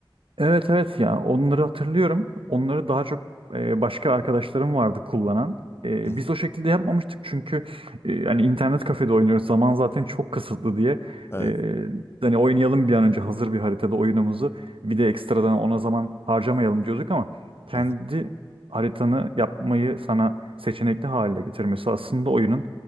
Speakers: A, on the right; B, on the left.
A: Evet evet yani onları hatırlıyorum. Onları daha çok e, başka arkadaşlarım vardı kullanan. E,
B: Hı hı.
A: biz o şekilde yapmamıştık çünkü e, hani internet kafede oynuyoruz. Zaman zaten çok kısıtlı diye.
B: Evet.
A: E, hani oynayalım bir an önce hazır bir haritada oyunumuzu. Bir de ekstradan ona zaman harcamayalım diyorduk ama kendi
B: Hı hı.
A: haritanı yapmayı sana seçenekli hale getirmesi aslında oyunun